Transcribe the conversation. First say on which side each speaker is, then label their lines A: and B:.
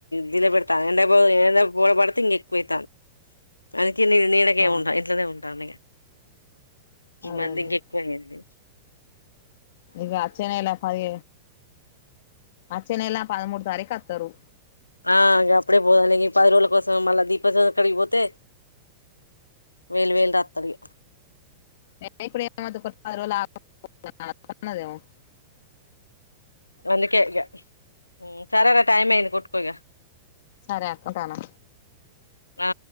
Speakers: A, on the left; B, on the left.
A: దల పెడతాను ఎండ ఎండ పోల పడితే ఇంక ఎక్కువవుతాను అ కి నీడకే
B: ఆ
A: ఉంటా ఇట్లనే ఉంటా అ ఈ
B: అదే
A: మంత్
B: అదే
A: ఇంక ఎక్కువయంది
B: ఇక అచ్చనే ఎలా పది అచ్చనే ఎలా పదమూడు తారీఖ అత్తారు
A: ఆ అప్పుడే పోదాంిక పది రోజుల కోసం మళ్ళా దీప చం కడిగిపోతే వేలు వేలు రాత్రడి
B: <unintelligible>
A: అందుకే అడిగా సరార టైమ్ అయింది కుట్కోగా
B: సరే అక్క ఉంటాను
A: ఆ